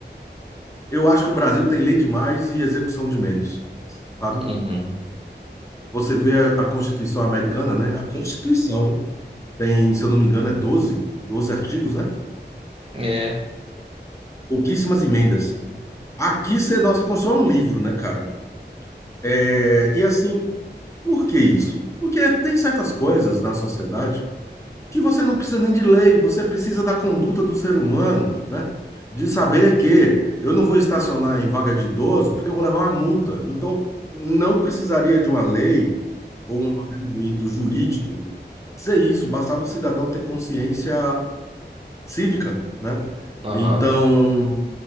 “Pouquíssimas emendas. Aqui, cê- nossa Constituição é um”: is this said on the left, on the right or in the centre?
Left